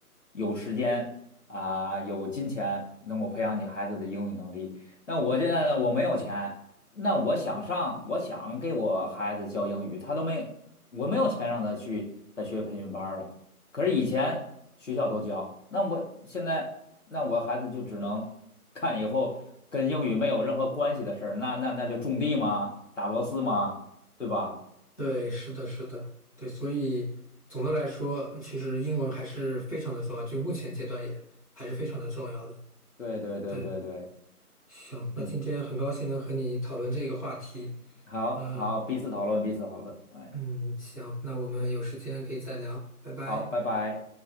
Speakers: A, on the left; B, on the left.
A: 有时间啊、有金钱能够培养你孩子的英语能力。那我现在我没有钱，那我想上，我想给我孩子教英语，他都没，我没有钱让他去再学培训班儿了。可是以前学校都教，那我现在那我孩子就只能。看以后跟英语没有任何关系的事儿，那那那就种地嘛，打螺丝嘛，对吧？
B: 对，是的，是的，对，所以总的来说，其实英文还是非常的重要，就是目前阶段也还是非常的重要的。
A: 对对对对对，
B: 对，行，那今天很高兴能和你讨论这个话题，
A: 嗯，好好，
B: 嗯、
A: 彼此讨论，彼此讨论，哎，
B: 嗯，行，那我们有时间可以再聊，拜拜。
A: 好，拜拜。